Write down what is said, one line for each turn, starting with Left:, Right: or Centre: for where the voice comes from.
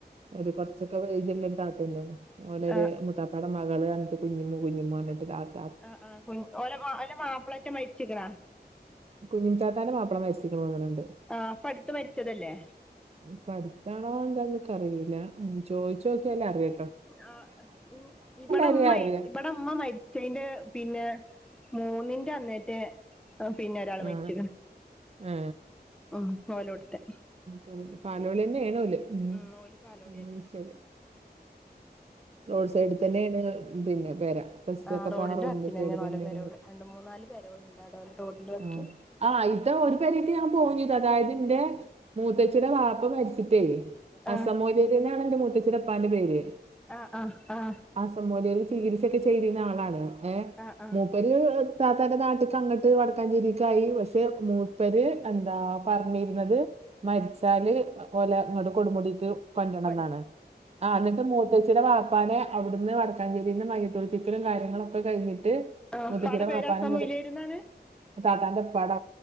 Right: ഒരു <unintelligible> ഏയ്ജ്ള്ള ഒരു താത്ത തന്നെ ഓലൊരു
Centre: ആ
Right: മുത്താപ്പാടെ മകള് പറഞ്ഞിട്ട് കുഞ്ഞിമ്മു. <unintelligible>
Centre: ആഹാ ആഹ് കു ഓ ലെമാപ്പിളേറ്റ മരിച്ചിക്ക്ണാ.
Right: കുഞ്ഞിമ് തിത്താ ന്റെ മാപ്പളെ മരിച്ചിക്ക്ണ് തോന്ന്ണ്ട്.
Centre: ആഹ് ഇപ്പടുത്ത് മരിച്ചതല്ലേ?
Right: പ്പൊ അടുത്താണോ എന്താന്നിക്ക റില്ല ചോദിച്ചോക്കിയാലേറിയ
Centre: ആഹ് ഇ ഇബ്ടെമ്മയെഇവിടെ.
Right: അറിയാം അറിയാം
Centre: ഇമ്മ മരിച്ചന്റെ പിന്നെ മൂന്നിന്റെ അന്നേറ്റെ. ആഹ് പിന്നെ ഒരാള്
Right: ആ
Centre: മരിച്ച്
Right: ആ
Centre: ണ്അഹ് ഓലോ ടു ത്തേ.
Right: ആ പാലോളിന്നെ ഏണ് ഓല്
Centre: ഉം ഓല് പാലോളി
Right: ഉം
Centre: എന്നെ
Right: ശരി റോഡ് സൈഡിൽ തന്നെയാണ് പിന്നെ പെര ബസ്സൊക്കെ
Centre: ആ
Right: പോണ റോഡിന്റെ
Centre: വക്കിന്
Right: സൈഡിൽ
Centre: തന്നെയാണ്
Right: തന്നെയ
Centre: ഓല പെരോള് രണ്ട് മൂന്നാല് പെരണ്ട് അടോലെ റോഡിന്റെ വക്കിൽ
Right: ഉം. ആ ഇതാ ഒരു പേരിക്ക് ഞാൻ പോവും ചെയ്ത് അതായത് ഇന്റെ മൂത്തചിന്റെ വാപ്പ മരിച്ചിട്ടേ ഹസ്സൻ
Centre: ആ
Right: മൂല്യർ തന്നെയാണ് എന്റെ മുത്തചിന്റെ ഇപ്പാന്റെ പേര്
Centre: ആ ആ ആ
Right: ഹസ്സൻ മൂല്യാർ ചികിത്സയൊക്കെ ചെയ്തിര്ന്ന ആളാണ് ഏ
Centre: ആ ആ
Right: മൂപ്പര് താത്താന്റെ നാട്ട്ക്ക് അങ്ങട്ട് വടക്കാഞ്ചേരിക്ക് ആയി പക്ഷെ മൂപ്പര് എന്താ പറഞ്ഞിരുന്നത് മരിച്ചാല് ഓലെ ഇങ്ങട്ട് കൊടുമുടിക്ക് കൊണ്ടരണം
Centre: കൊഞ്ഞ
Right: ന്നാണ് ആ ന്നട്ട് മൂ ഇപ്പചിടെ വാപ്പാനെ അവിടുന്ന് വടക്കാഞ്ചേരീന്ന് മയ്യത്തുൾപ്പിക്കലും കാര്യങ്ങളും ഒക്കെ കഴിഞ്ഞിട്ട്
Centre: ആ
Right: മൂത്തച്ചിയുടെ
Centre: ഉപ്പാടെ പേര്
Right: വാപ്പാനെ
Centre: ഹസ്സൻ
Right: ഇങ്ങോട്ട്
Centre: മൂല്യാര്ന്നാണ്
Right: താത്താന്റെ ഇപ്പാടെ